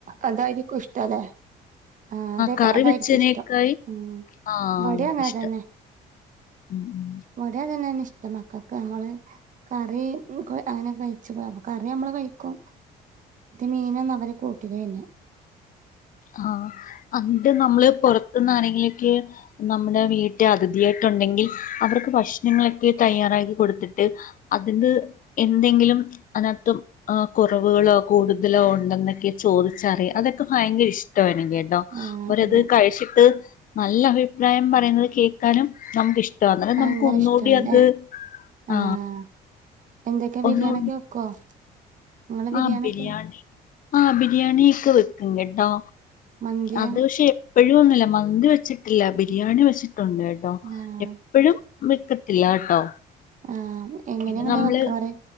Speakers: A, on the right; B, on the left.
A: അതായിരിക്കും ഇഷ്ട്ടോ ല്ലേ ആ അതക്കെ
B: കറി
A: അതായിരിക്കും
B: വെച്ചതിനേക്കായി
A: ഇഷ്ടം ഉം
B: ആ
A: ഇവടയങ്ങാതന്നെ
B: ഇഷ്ടം ഉം ഉം
A: ഇവടെങ്ങാത്തന്നെ ഇഷ്ട മക്കക്ക് നമ്മള് കറി അങ്ങനെ കഴിച്ച കറി നമ്മള് കഴിക്കും മീനന്നും അവരെ കൂട്ടു <unintelligible>
B: ആ അണ്ട് നമ്മള്പൊറത്തുന്ന് ആരെങ്കിലൊക്കെ നമ്മുടെ വീട്ടി അതിഥിയായിട്ടുണ്ടെങ്കിൽ അവർക്ക് ഭക്ഷണങ്ങളൊക്കെ തയ്യാറാക്കി കൊടുത്തിട്ട് അതിന്റെ എന്തെങ്കിലും അതിനകത്ത കൊറവുകളോ കൂടുതലോ ഒണ്ടെന്നൊക്കെ ചോദിച്ചാറിയ അതൊക്കെ ഭയങ്കര ഇഷ്ട കേട്ടോ
A: ആഹ്
B: ഓര്ത്
A: അതെ
B: കഴിച്ചിട്ട് നല്ല അഭിപ്രായം പറയുന്നത് കേൾക്കാനും നമുക്കിഷ്ട ട്ടോ അങ്ങനെ
A: ഭയങ്കര
B: നമുക്ക് ഒന്നുകൂടി
A: ഇഷ്ടാണ്
B: അത് ആ
A: ആഹ് എന്തൊക്കെ ബിരിയാണി
B: ഒന്നു
A: ഒക്കെ വെക്കോ നിങ്ങള് ബിരിയാണിയൊക്കെ
B: ആ ബരിയാണി ആ ബിരിയാണി ഒക്കെ വെക്കും കേട്ടോ
A: മന്തിയാ
B: അത്ക്ഷെ എഴിവൊന്നുല്ല മന്തി വെച്ചിട്ടില്ല ബിരിയാണി വെച്ചിട്ട് ണ്ട് കേട്ടോ
A: ആഹ്
B: എപ്പൊഴും വെക്കത്തില്ല കേട്ടോ
A: ആ എങ്ങനെങ്ങെ
B: പിന്നെ നമ്മള്
A: വെക്കാറ്